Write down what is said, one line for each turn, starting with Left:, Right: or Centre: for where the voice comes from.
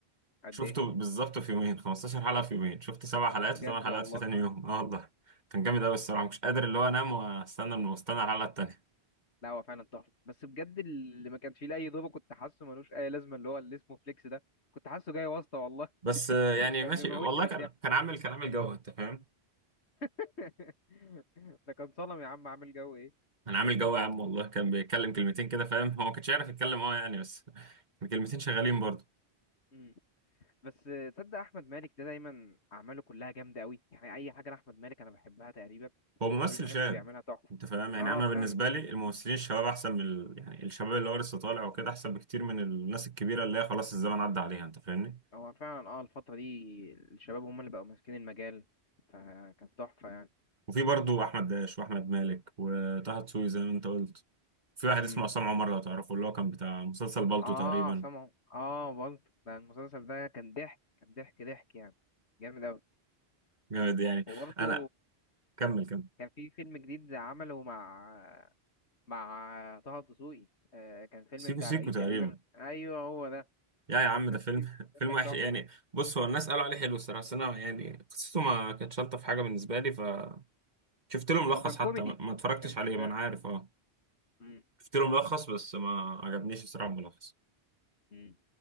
Left: قد
Right: شفته
Left: ايه
Right: بالظبط في يومين 15 حلقة في يومين شفت سبع حلقات
Left: بجد
Right: وثمان حلقات
Left: والله
Right: في تاني يوم اه والله كان جامد قوي الصراحة مش قادر اللي هو انام واستنى من واستنى الحلقة التانية
Left: لا هو فعلا تحفة بس بجد اللي ما كانش فيه لأي دور كنت حاسه ملوش أي لازمة اللي هو اللي اسمه فليكس ده كنت حاسه جاي واسطة والله
Right: بس
Left: <laughs>
Right: آه، يعني
Left: كان
Right: ماشي
Left: بيموتني
Right: والله
Left: من
Right: كان
Left: الضحك
Right: كان عامل كان عامل جو انت فاهم
Left: <laughs> ده كان صنم يا عم عامل جو ايه
Right: كان عامل جو يا عم والله كان بيتكلم كلمتين كده فاهم هو ما كانش يعرف يتكلم اه يعني بس كان كلمتين شغالين برضه
Left: مم. بس تصدق احمد مالك ده دايما اعماله كلها جامده قوي يعني اي حاجه لاحمد مالك انا بحبها تقريبا
Right: هو ممثل
Left: كل الحاجات
Right: شاب
Left: اللي بيعملها تحفه
Right: انت فاهم يعني
Left: اه
Right: انا
Left: فعلا
Right: بالنسبة لي الممثلين الشباب احسن من ال... يعني الشباب اللي هو لسه طالع وكده احسن بكتير من الناس الكبيرة اللي هي خلاص الزمن عدى عليها انت فاهمني
Left: هو فعلا اه الفتره دي الشباب هم اللي بقوا ماسكين المجال فكان تحفه يعني
Right: وفي برضو احمد داش واحمد مالك وطه دسوقي زي ما انت قلت في واحد
Left: امم
Right: اسمه عصام عمر لو تعرفه اللي هو كان بتاع مسلسل بالطو
Left: اه
Right: تقريبا
Left: سامعه اه برضه ده المسلسل ده كان ضحك كان ضحك ضحك يعني جامد قوي
Right: جامد يعني
Left: وبرضه
Right: انا كمل كمل
Left: كان في فيلم جديد عمله مع مع طه الدسوقي آه، كان فيلم
Right: سيكو
Left: بتاع
Right: سيكو
Left: العيد
Right: تقريبا
Left: تقريبا ايوه هو ده
Right: يا يا عم
Left: كانت ناس
Right: ده فيلم
Left: كتير بتقول
Right: <laughs> فيلم
Left: لك
Right: وحش
Left: تحفه
Right: يعني بص هو الناس قالوا عليه حلو الصراحه بس انا يعني قصته ما كانتش الطف حاجه بالنسبه لي فشفت له ملخص
Left: هو كان كوميدي
Right: حتى ما ما اتفرجتش
Left: ما كانش
Right: عليه
Left: بتاع
Right: ما انا عارف اه
Left: مم.
Right: شفت له ملخص بس ما عجبنيش الصراحه الملخص
Left: مم.